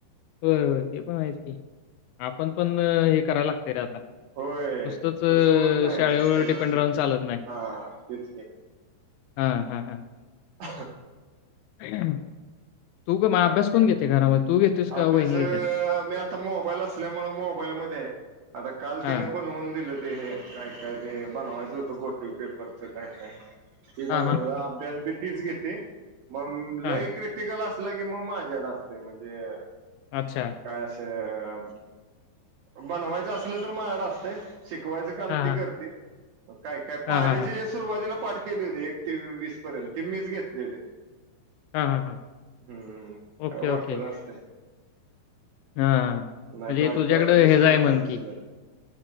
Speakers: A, on the left; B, on the right.
A: होय होय ते पण आहेच की आपण पण हे करायला लागतय रे आता.
B: होय
A: नुसतंच
B: तसं होत नाही
A: शाळेवर
B: सगळं
A: डिपेंड
B: शिक्षण
A: राहून चालत नाही.
B: हा तेच की
A: हां हं हं.
B: <unintelligible>
A: <unintelligible> तू का मग
B: बाकी
A: अभ्यास कोण घेते घरामध्ये? तू घेतोयस का
B: अभ्यास
A: वहिनी घेतात?
B: मी आता मोबाईल असल्यामुळे मोबाईलमध्येये. आता काल
A: हां.
B: तीन बणवऊन दिल ते हे. काय काय ते बनवायचं होतं घोटीव पेपरच काय काय. ते
A: हां,
B: बनवलं,
A: हां, हां.
B: अभ्यास बी तीच घेते मग
A: हां.
B: लई क्रिटिकल असलं की मग माझ्याड असते. म्हणजे,
A: अच्छा.
B: काय असं बनवायचं असल तर माझ्याकडं असतय. शिकवायचं काम
A: हां,
B: ती
A: हां.
B: करते. काय काय पाढे
A: हां, हां, हां.
B: जे सुरुवातीला पाठ केली होती एक ते वीस पर्यंत. ते मीच घेतली होते.
A: हां हां हां.
B: हं हं हं, काय
A: ओके,
B: वाटत
A: ओके.
B: असतय.
A: हां.
B: नाही
A: म्हणजे
B: बायको
A: तुझ्याकडं
B: ऍडजस्ट
A: ह्याचं
B: करते
A: आहे म्हण
B: आमची
A: की
B: लई.